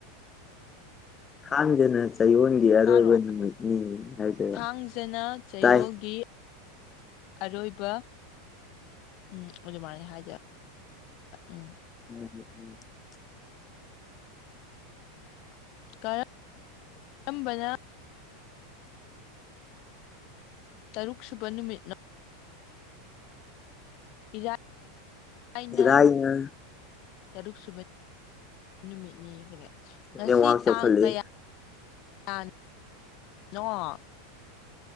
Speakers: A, on the left; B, on the left.
A: ꯊꯥꯡꯖꯅ ꯆꯌꯣꯜꯒꯤ ꯑꯔꯣꯏꯕ
B: ꯇꯥꯔꯣ
A: ꯅꯨꯃꯤꯠꯅꯤ ꯍꯥꯏꯗꯣꯏꯕ
B: ꯊꯥꯡꯖꯅ ꯆꯌꯣꯜꯒꯤ
A: ꯇꯥꯏ
B: ꯑꯔꯣꯏꯕ ꯎꯝ ꯑꯗꯨꯃꯥꯏꯅ ꯍꯥꯏꯗꯣꯏꯕ ꯎꯝ
A: <unintelligible>
B: ꯀꯔꯝ ꯀꯝꯕꯅ ꯇꯔꯨꯛ ꯁꯨꯕ ꯅꯨꯃꯤꯠꯅꯣ ꯏꯔꯥꯏ ꯑꯩꯅ
A: ꯏꯔꯥꯏꯅ
B: ꯇꯔꯨꯛ ꯁꯨꯕ ꯅꯨꯃꯤꯠꯅꯤ ꯉꯁꯤ
A: ꯅꯦꯠꯋꯥꯛ ꯆꯥꯎꯈꯠꯂꯛꯑꯦ
B: ꯇꯥꯡ ꯀꯌꯥ <unintelligible> ꯅꯣ